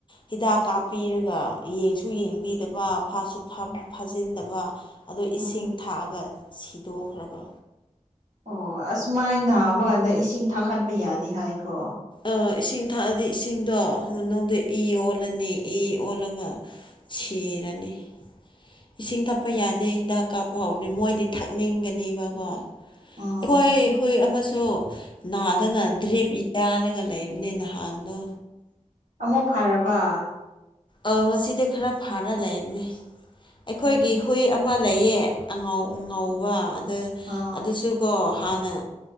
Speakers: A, on the left; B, on the right.
A: ꯍꯤꯗꯥꯛ ꯀꯥꯞꯄꯤꯔꯒ ꯌꯦꯡꯁꯨ ꯌꯦꯡꯕꯤꯗꯕ ꯐꯥꯁꯨ ꯐꯥ ꯐꯥꯖꯤꯟꯗꯕ ꯑꯗꯣ
B: ꯎꯝ
A: ꯏꯁꯤꯡ ꯊꯥꯛꯑꯒ ꯁꯤꯗꯣꯛꯈ꯭ꯔꯕ
B: ꯑꯣ ꯑꯁꯨꯃꯥꯏꯅ ꯅꯕ ꯀꯥꯟꯗ ꯏꯁꯤꯡ ꯊꯛꯍꯟꯕ ꯌꯥꯗꯦ ꯍꯥꯏꯀꯣ
A: ꯑꯥ ꯏꯁꯤꯡ ꯊꯛꯑꯗꯤ ꯏꯁꯤꯡꯗꯣ ꯃꯅꯨꯡꯗ ꯏ ꯑꯣꯜꯂꯅꯤ ꯏ ꯑꯣꯜꯂꯒ ꯁꯤꯔꯅꯤ ꯏꯁꯤꯡ ꯊꯛꯄ
B: ꯎꯝ
A: ꯌꯥꯗꯦ ꯍꯤꯗꯥꯛ ꯀꯥꯞꯄꯍꯥꯎꯅꯤ ꯃꯣꯏꯗꯤ ꯊꯛꯅꯤꯡꯒꯅꯤꯕꯀꯣ
B: ꯎꯝ
A: ꯍꯣꯏ ꯍꯨꯏ ꯑꯃꯁꯨ ꯅꯥꯗꯅ ꯗ꯭ꯔꯤꯞ ꯌꯥꯜꯂꯒ ꯂꯩꯕꯅꯦ ꯅꯍꯥꯟꯗꯣ
B: ꯑꯃꯨꯛ ꯐꯔꯕ
A: ꯑꯣ ꯉꯁꯤꯗꯤ ꯈꯔ ꯐꯥꯔ ꯂꯩꯕꯅꯤ ꯑꯩꯈꯣꯏꯒꯤ
B: ꯎꯝ
A: ꯍꯨꯏ ꯑꯃ ꯂꯩꯌꯦ ꯑꯉꯥꯎ ꯐꯉꯧꯕ ꯑꯗ
B: ꯑꯥ
A: ꯑꯗꯨꯁꯨ ꯀꯣ ꯍꯥꯟꯅ